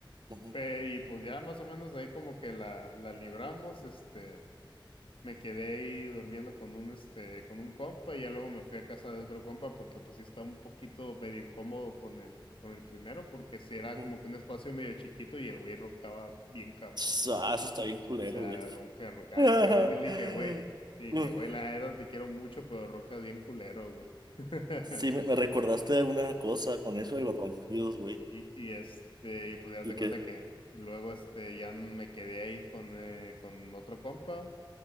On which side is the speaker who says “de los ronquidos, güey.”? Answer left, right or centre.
Right